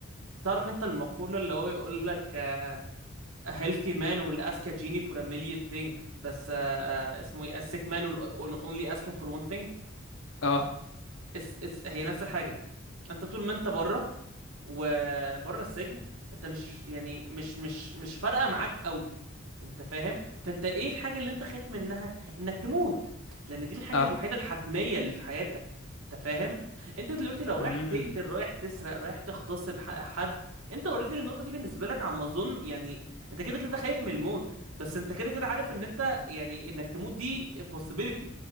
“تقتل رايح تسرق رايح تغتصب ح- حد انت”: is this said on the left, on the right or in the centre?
Right